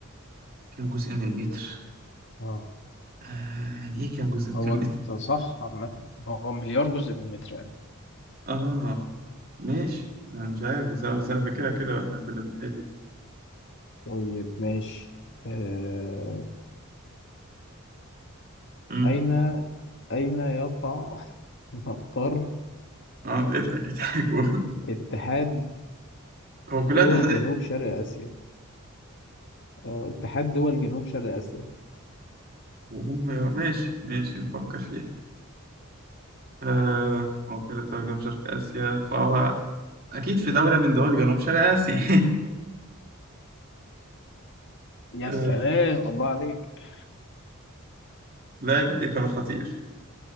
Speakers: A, on the right; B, on the left.
A: كام جزء من المتر؟
B: اه
A: آه، يعني إيه كام جزء من
B: هو
A: المتر؟
B: انت صح عامة هو مليار جزء من المتر يعني
A: <laughs> آه ماشي أنا مش عارف بصراحة بس أنا فاكرها كده وإحنا كنا بنحل
B: طيب ماشي آه...
A: أمم
B: أين أين يقع <laughs> مقر
A: آه اضحك اضحك <laughs>
B: اتحاد
A: هو كلها
B: دول
A: تحديات
B: جنوب شرق آسيا؟ أو اتحاد دول جنوب شرق آسيا
A: وهم ماشي ماشي نفكر فيها آه موقع ترجم شرق آسيا فهو أكيد في دولة من دول جنوب شرق آسيا
B: يا
A: <laughs>
B: سلام الله عليك
A: لا يبقى دي كان خطير